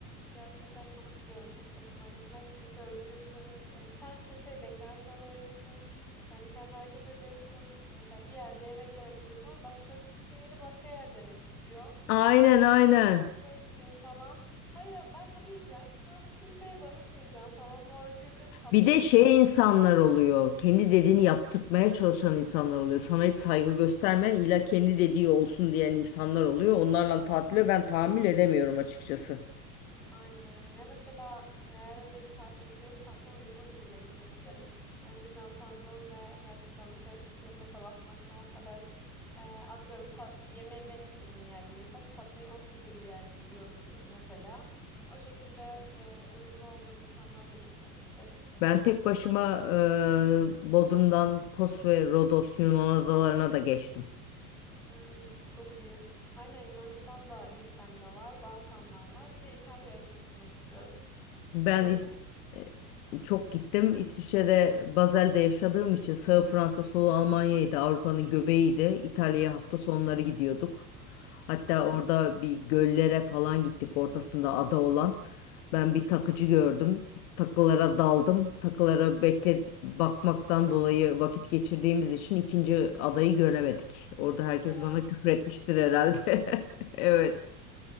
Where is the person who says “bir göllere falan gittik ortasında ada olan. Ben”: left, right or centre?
Left